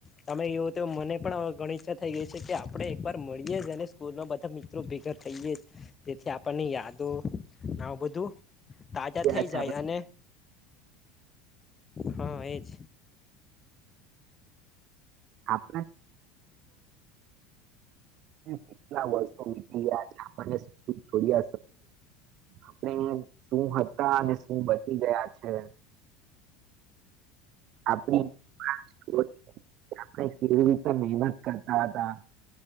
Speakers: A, on the left; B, on the right.
A: તમે એવું તો મને પણ <unintelligible> ઈચ્છા થઈ ગઈ છે કે આપણે એકવાર મળીએ જ અને સ્કૂલમાં બધા મિત્રો ભેગા થઈએ, જેથી આપણને યાદો આ બધું તાજા
B: કે
A: થઈ
B: આજે
A: જાય અને હા એજ.
B: આપ કેટલા વર્ષો વ ગયા છે આપણને જોડ સમય આપણે શું હતા અને શું બ- <unintelligible> બની ગયા છે. આપણે <unintelligible> કેવી રીતે મહેનત કરતા હતા.